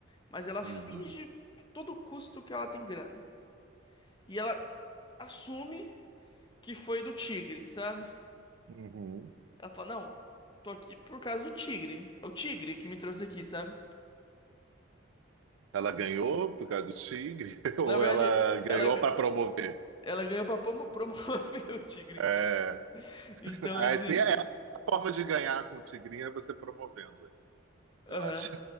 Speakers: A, on the left; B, on the right.
A: Mas ela
B: Uhum.
A: finge a todo custo que ela tem grana. E ela assume que foi do tigre, sabe?
B: Uhum.
A: Ela fala, não, tô aqui por causa do tigre. É o tigre que me trouxe aqui, sabe?
B: Ela ganhou por causa do tigre? <laughs> Ou
A: Na verdade,
B: ela ganhou
A: ela, ga-
B: para promover?
A: ela ganhou pra promo- promover <laughs> o tigre.
B: É,
A: entendeu? Então,
B: é,
A: assim,
B: assim, é a forma de ganhar com o tigrinho é você promovendo ele,
A: aham.
B: eu acho.